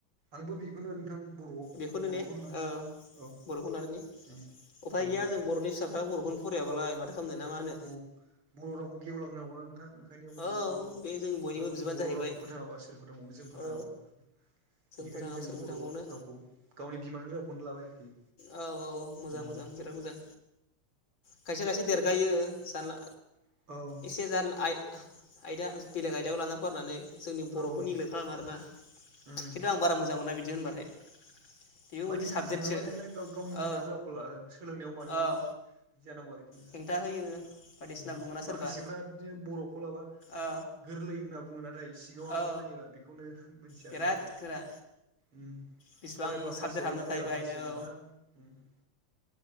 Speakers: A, on the right; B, on the left.
A: आंबो बेखौनो नोंथां बर'आव
B: बेखौनो
A: बर'खौनो
B: ने
A: लादों
B: ओं
A: औ
B: बर'खौनो लादों ने।
A: उम
B: उफाय
A: उम
B: गैया जों बर'नि फिसाफ्रा बर'खौनो फरायाबालाय माथो खालामनो ना मा होनो
A: औ बर' रावखौ गेवलां होनांगौना नोंथां ओंखायनो जों
B: औ
A: बर'
B: बे जों बयनिबो
A: लाबाय
B: बिबान
A: बर'
B: जाहैबाय
A: रावखौ फोथाङाबा सोर फोथांबावनो जों फोथाङाबा
B: औ
A: बिनिखायनो
B: फोथाङा
A: जों
B: सोर फोथांबावनो
A: बर' रावखौ गावनि बिमानि रावखौनो लाबाय आरोखि
B: औ औ औ मोजां
A: उम
B: मोजां बिराद मोजां खायसे खायसे देरगायो जानला
A: औ
B: एसे जेन आय-आयदा बेलेग आयदायाव लाना फरायनानै जोंनि बर'खौ
A: औ
B: निग्लेट खालामो आरोना
A: उम
B: खिन्थु आं बारा मोजां मोना बिदि होनबाथाय बेबो
A: माने
B: मोनसे
A: दुखु
B: साबजेक्टसो
A: मोनो मोने लाइक गाव गावनि बिमानि
B: औ
A: रावखौ ला ओ सोलोंनायाव मानि
B: औ
A: बिदि जानांगौ आरोखि ना
B: हेंथा होयो बायदिसिना
A: उम
B: बुङोना सोरबा
A: माखासेफ्रा बिदिनो बर'खौ लाबा
B: औ
A: गोरलै होनना बुङोना सिङाव हाबना
B: औ
A: नायोबा बेखौनो मिथियानो
B: बिराद
A: नोंथा
B: गोरा
A: उम
B: बिसिबां
A: फरायबा
B: साबजेक्ट
A: पास जायो
B: हाबना
A: फरायाबा
B: थायो बाहायनो
A: फास जायो
B: औ
A: नोंथां उम